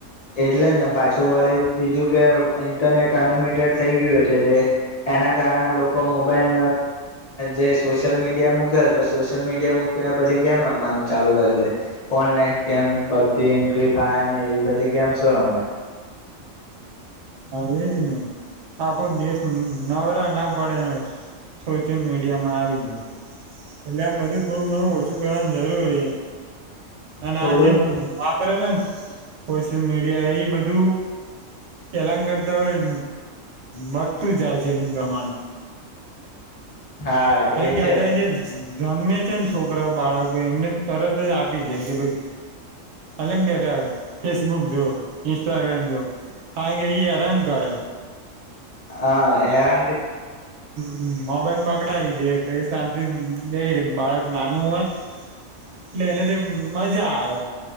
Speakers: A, on the left; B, on the right.
A: એટલે જ ને પાછું વળી બીજું કે ઇન્ટરનેટ અનલિમિટેડ થઈ ગયું છે જે એના કારણે લોકો મોબાઈલ જે સોશિયલ મીડિયા મૂકે તો સોશિયલ મીડિયા મૂકે પછી ગેમ રમવાનું ચાલુ કરી દે online game PUBG free fire એવી બધી ગેમ શ રમે
B: હા એજ ને આખો દેશ નવરા ના પડેને સોશિયલ મીડિયા માં આવી જાય એટલે આમ બધ થોુંણું ઓછું <unintelligible> જરૂરી અને
A: થોડું
B: આજે વાપરે સોશિયલ મીડિયા એ બધું <unintelligible> કરતા હોય એ વધતું જાય છે, એનું પ્રમાણ
A: હા
B: કારણ
A: એ
B: કે
A: છે
B: અત્યારે જે જન્મે છે, ને છોકરા બાળકો એમને તરત જ આપી દે કે ભઈ અલેમ બેટા ફેસબુક જો ઇન્સ્ટાગ્રામ જો કારણ કે ઈ હેરાન કરે
A: આ હેરાન
B: હ મોબાઈલમાં પકડાવી દે એટલે શાંત રે બાળક નાનું હોય એટલે એને તો મજા આવે.